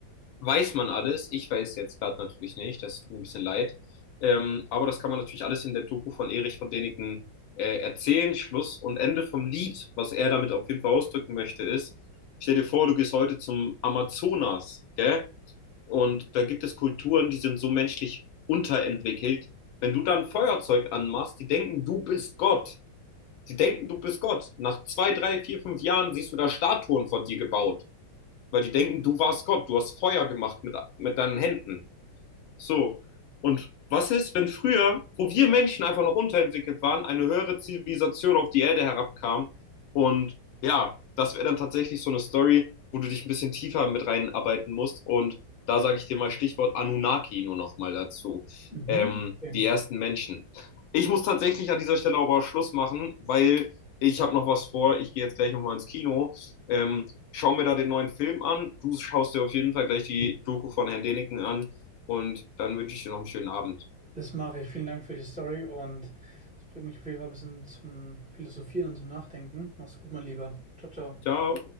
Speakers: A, on the left (about 80°); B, in the centre.
A: weiß man alles. Ich weiß jetzt gerade natürlich nicht, das tut mir ein bisschen leid. Ähm, aber das kann man natürlich alles in der Doku von Erich von Däniken äh, erzählen. Schluss und Ende vom Lied, was er damit auf jeden Fall ausdrücken möchte, ist, stell dir vor, du gehst heute zum Amazonas, gell? Und da gibt es Kulturen, die sind so menschlich unterentwickelt. Wenn du da ein Feuerzeug anmachst, die denken, du bist Gott. Die denken, du bist Gott. Nach zwei, drei, vier, fünf Jahren siehst du da Statuen von dir gebaut. Weil die denken, du warst Gott, du hast Feuer gemacht mit, mit deinen Händen. So. Und was ist, wenn früher, wo wir Menschen einfach noch unterentwickelt waren, eine höhere Zivilisation auf die Erde herabkam? Und ja, das wäre dann tatsächlich so eine Story, wo du dich ein bisschen tiefer mit reinarbeiten musst. Und da sage ich dir mal Stichwort Anunnaki nur noch mal dazu.
B: Mhm.
A: Ähm,
B: Okay.
A: die ersten Menschen. Ich muss tatsächlich an dieser Stelle aber auch Schluss machen, weil ich habe noch was vor. Ich gehe jetzt gleich nochmal ins Kino. Ähm, schau mir da den neuen Film an. Du schaust dir auf jeden Fall gleich die Doku von Herrn Deniken an. Und dann wünsche ich dir noch einen schönen Abend.
B: Das mache ich. Vielen Dank für die Story und es bringt mich auf jeden Fall ein bisschen zum Philosophieren und zum Nachdenken. Mach's gut, mein Lieber. Ciao, ciao.
A: Ciao.